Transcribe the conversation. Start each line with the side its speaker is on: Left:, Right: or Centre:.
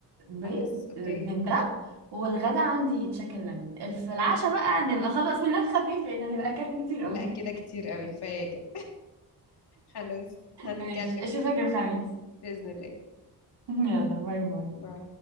Right: بيض
Left: خلاص اوكي
Right: من ده والغدا عندي تشيكن ليمون في العشاء بقى نبقى خلاص ننام خفيف لان هنبقى اكلنا كتير
Left: لا
Right: قوي
Left: كده كتير قوي كفايه كده خلاص هنتكلم
Right: ماشي اشوفك الخميس
Left: بإذن الله
Right: <laughs> يلا باي باي
Left: باي